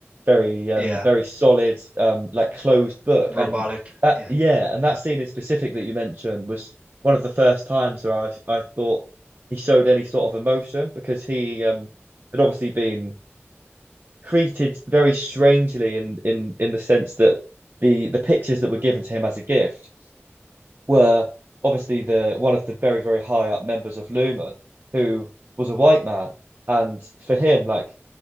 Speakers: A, on the right (about 50°); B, on the right (about 35°).
A: very um
B: yeah,
A: very solid um like closed book
B: robotic.
A: and that
B: Yeah,
A: yeah and that
B: yeah,
A: scene in specific that you mentioned was one of the first times where I I thought he showed any sort of emotion because he um had obviously been treated very strangely in in in the sense that the the pictures that were given to him as a gift were obviously the one of the very very high up members of Lumen who was a white man and for him like